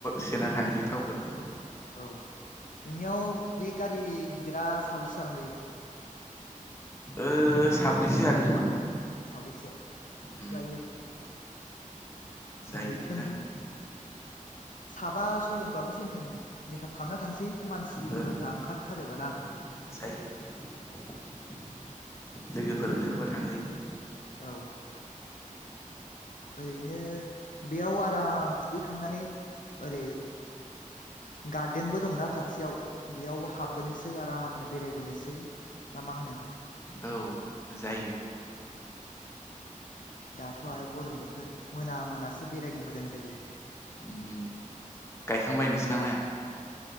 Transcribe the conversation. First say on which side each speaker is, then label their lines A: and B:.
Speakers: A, on the left; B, on the left.
A: सोना थांसै थावफोरखौ
B: औ। नोंनियाव बे गारि गिदिरा साबैसे जागोन बादि?
A: ओ साब्रैसो जागोन खोमा
B: साब्रैसो
A: उम
B: जायो
A: जायो
B: ओरै टोनटोन
A: जानो
B: साबा सयजनबाबो जेेनटेन मेकाप खामना थांसै। मानसि
A: ओं
B: लोगोफ्रा ओंखारथारोबो ना?
A: जायो। लोगोफोर ओंखारबा थांजायो
B: औ। ओरैनो बेयाव आराम दुगैखांनानै ओरै गार्देनबो दंना खाथियाव बेयाव हाबबोनोसै आरामनो बेरायबोनोसै ना मा होनो?
A: औ जायो।
B: दाथ' आरो गरम बोथोर मोना मोनासो बेरायनो मोजां जायो
A: ओम ओम। गायखांबाय नोंसिना माइया?